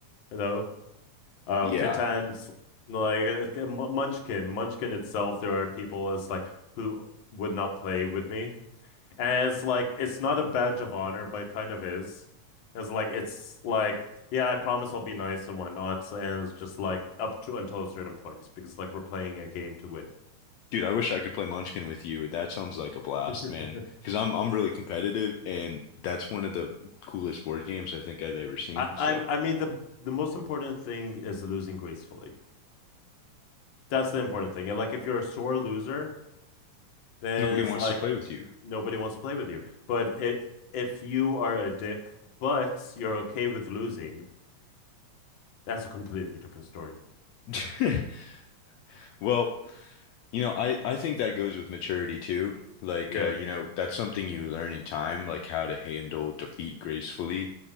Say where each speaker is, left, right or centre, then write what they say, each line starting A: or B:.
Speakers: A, on the left; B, on the left.
A: you know? Uh,
B: Yeah.
A: Catan's like uh, Munchkin, Munchkin itself, there are people as like who would not play with me. And it's like it's not a badge of honor, but it kind of is. It's like it's like, yeah, I promise I'll be nice and whatnot. And it's just like up to until a certain point because like we're playing a game to win.
B: Dude, I wish I could play Munchkin with you. That sounds like a blast,
A: <laughs>
B: man. Because I'm I'm really competitive, and that's one of the coolest board games I think I've ever seen.
A: I
B: So
A: I I mean the the most important thing is losing gracefully. That's the important thing. And like if you're a sore loser, then
B: nobody
A: it's
B: wants
A: like
B: to play with you.
A: nobody wants to play with you. But it, if you are a dick, but you're okay with losing, that's a completely different story.
B: <laughs> Well, you know, I I think that goes with maturity too. Like,
A: Yeah,
B: uh, you know, that's something you learn in time, like how to handle defeat gracefully,